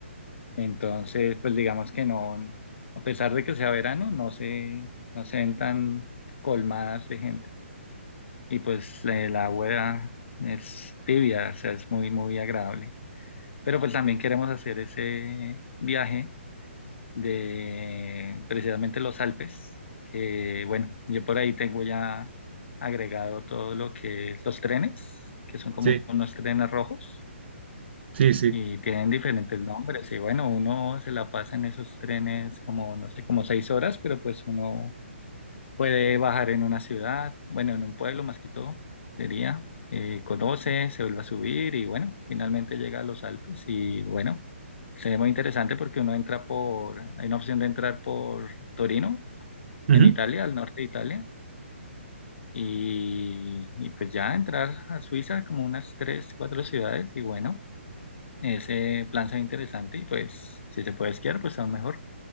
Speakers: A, on the left; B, on the right.
A: entonces, pues digamos que no, a pesar de que sea verano, no se, no se ven tan colmadas de gente. y pues eh, el agua es tibia, o sea, es muy, muy agradable. Pero pues también queremos hacer ese viaje de precisamente los Alpes, que bueno, yo por ahí tengo ya agregado todo lo que es los trenes, que son como
B: Sí,
A: unos trenes rojos.
B: sí, sí.
A: Y tienen diferentes nombres, y bueno, uno se la pasa en esos trenes como, no sé, como seis horas, pero pues uno Puede bajar en una ciudad, bueno, en un pueblo más que todo, sería. Eh, conoce, se vuelve a subir y bueno, finalmente llega a los Alpes y bueno, se ve muy interesante porque uno entra por, hay una opción de entrar por Torino,
B: Ujú.
A: en Italia, al norte de Italia, y, y pues ya entrar a Suiza, como unas tres, cuatro ciudades y bueno, ese plan se ve interesante y pues si se puede esquiar, pues aún mejor.